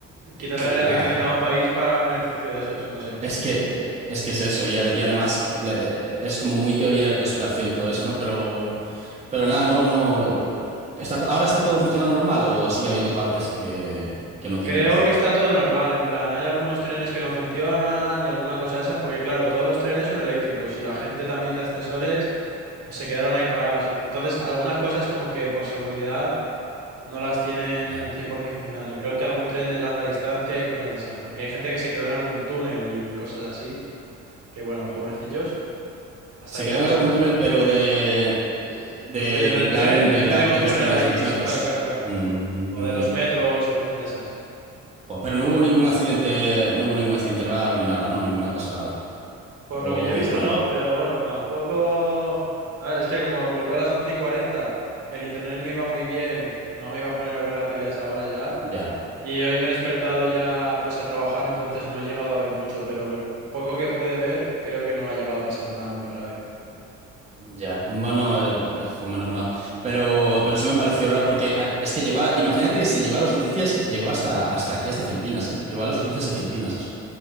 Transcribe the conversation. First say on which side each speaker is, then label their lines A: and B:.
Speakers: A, on the right; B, on the right.
A: quitarle
B: claro,
A: la electricidad a un país para un beneficio de esos, no sé.
B: es que, eh, es que es eso, y, a- y además le- eh, es como muy teoría de la conspiración todo eso, ¿no? Pero, pero nada, no, no. Está, ¿ahora está todo funcionando normal o sigue habiendo partes que, que no tiene
A: Creo
B: luz?
A: que está todo normal, en plan, hay algunos trenes que no funcionan y alguna cosa de esas, porque claro, todos los trenes son eléctricos y la gente también de ascensores, pues se quedaron ahí parados. Y entonces, algunas cosas como que por seguridad no las tienen
B: Ya.
A: 100% funcionando. Creo que algún tren de larga distancia y cosas de esas, porque hay gente que se quedó en algún túnel y cosas así, que bueno,
B: Uy.
A: pobrecillos, hasta
B: Se
A: que
B: quedó
A: ya lo
B: en algún
A: sacaron.
B: túnel, pero de, eh, de
A: Rollo en el
B: en plan
A: tren,
B: de
A: en
B: la,
A: medio de
B: de
A: un túnel
B: los trenes,
A: ahí,
B: de los metros.
A: sí, claro, claro, claro.
B: Mm,
A: O de los metros o cosas de esas.
B: jo, pero no hubo ningún accidente, no hubo ningún accidente raro ni nada, ¿no? Ninguna cosa grave.
A: Por
B: O
A: lo que yo
B: dijeron
A: he visto, no,
B: algo.
A: pero bueno, tampoco. A ver, es que como volvió a las 11 y 40, el internet no iba muy bien, no me iba a poner a ver la tele a esa hora ya.
B: Ya,
A: Y hoy me he despertado ya pues a trabajar, entonces no he llegado a ver mucho, pero lo poco que pude ver, creo que no ha llegado a pasar nada muy grave.
B: ya. Bueno, eh, bo- eh, fue menos mal. Pero, pero sí me pareció raro, porque ah, es que llegó a, imagínate si llegó a las noticias, llegó hasta, hasta aquí, hasta Filipinas, ¿eh? Llegó a las noticias de Filipinas, eso.